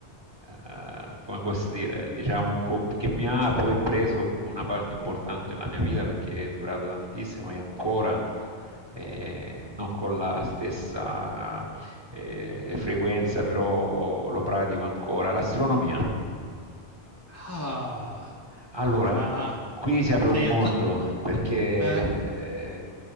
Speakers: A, on the right; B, on the left.
A: eh, come posso dire, diciamo un po' che mi ha poi preso una parte importante della mia vita perché è durato tantissimo e ancora eh, non con la stessa eh, frequenza, però lo pratico ancora. L'astronomia.
B: Ah,
A: Allora,
B: ma
A: qui si apre
B: sei
A: un mondo
B: a... t-
A: perché
B: eh?
A: eh,